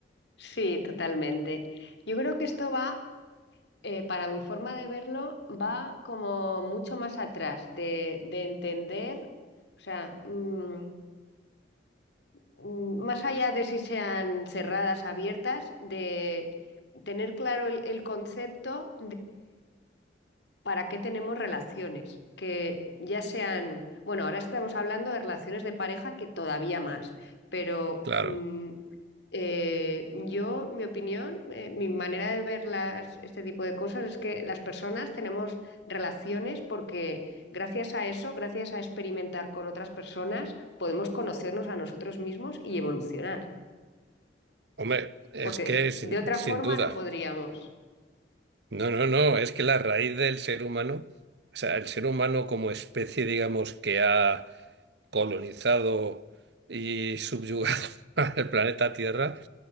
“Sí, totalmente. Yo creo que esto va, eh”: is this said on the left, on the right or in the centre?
Left